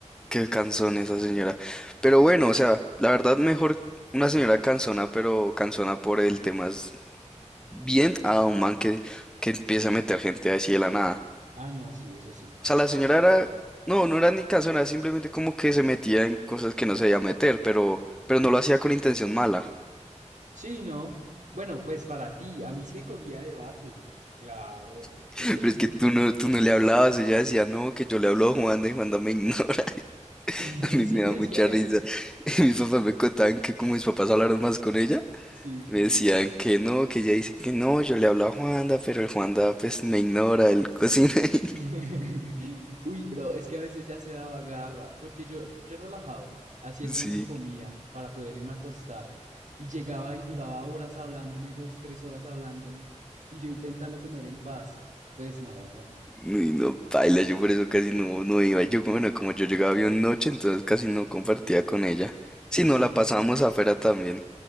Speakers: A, in the centre; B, on the right.
A: Qué cansón esa señora. Pero bueno, o sea, la verdad mejor una señora cansona, pero cansona por el tema es bien a un man que, que empieza a meter gente así de la nada.
B: Ah, no, sí, eso sí.
A: O sea, la
B: Sí,
A: señora
B: sí, sí.
A: era, no, no era ni cansona, simplemente como que se metía en cosas que no se debía meter, pero, pero no lo hacía con intención mala.
B: Sí, no. Bueno, pues para ti, a mí sí me cogía debate. Claro.
A: <laughs>
B: <clears throat>
A: Pero es que tú no, tú no le hablabas, ella decía, no, que yo le hablo a Juanda y Juanda me ignora.
B: ¿En
A: <laughs> A mí
B: serio
A: me da
B: decía
A: mucha
B: eso?
A: risa. <laughs> Mis papás me contaban que como mis papás hablaron más con ella,
B: Sí.
A: Me decían que no, que ella dice que no, yo le hablo a Juanda, pero el Juanda pues me ignora, él cocina. <laughs>
B: <laughs> Uy, pero es que a veces ya se daba garra, porque yo, yo relajado, haciendo
A: Sí,
B: mi comida para poder irme a acostar, y llegaba y duraba horas hablándome, dos, tres horas hablándome, y yo intentando comer en paz. Pues no,
A: y no, baila, yo por eso casi no, no iba. Yo, bueno, como yo llegaba bien noche, entonces casi no compartía con ella. Si
B: sí,
A: no, la pasábamos
B: claro,
A: afuera también.